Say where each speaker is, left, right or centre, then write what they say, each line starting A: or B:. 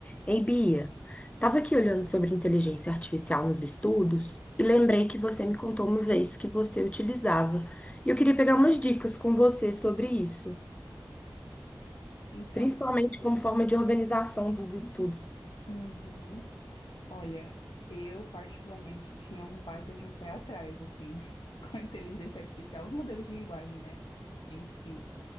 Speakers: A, on the left; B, on the left.
A: Ei, Bia, estava aqui olhando sobre inteligência artificial nos estudos e lembrei que você me contou uma vez que você utilizava. E eu queria pegar umas dicas com você sobre isso,
B: Então,
A: principalmente como forma de organização dos estudos.
B: uhum. Olha, eu particularmente tinha um baita de um pé atrás, assim, <laughs> com a inteligência artificial, os modelos de linguagem, né, em si.